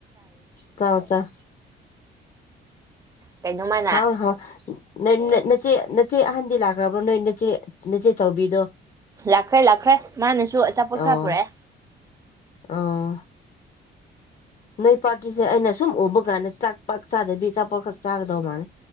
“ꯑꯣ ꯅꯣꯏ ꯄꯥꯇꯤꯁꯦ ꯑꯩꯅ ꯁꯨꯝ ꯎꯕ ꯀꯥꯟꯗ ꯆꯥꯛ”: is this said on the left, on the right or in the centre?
Left